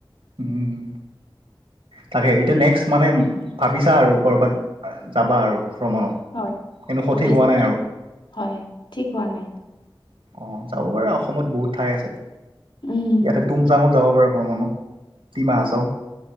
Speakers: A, on the right; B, on the left.
A: উম। তাকে এতিয়া নেক্সট মানে ভাবিছা আৰু ক'ৰবাত যাবা আৰু ভ্ৰমণত?
B: হয়
A: কিন্তু সঠিক
B: ভাবিছো
A: হোৱা নাই
B: কি
A: আৰু
B: হয় ঠিক হোৱা নাই।
A: অ', যাব পাৰে অসমত বহুত ঠাই আছে।
B: উম।
A: ইয়াতে তুমজাঙত যাব পাৰা ভ্ৰমণত ডিমাহাছা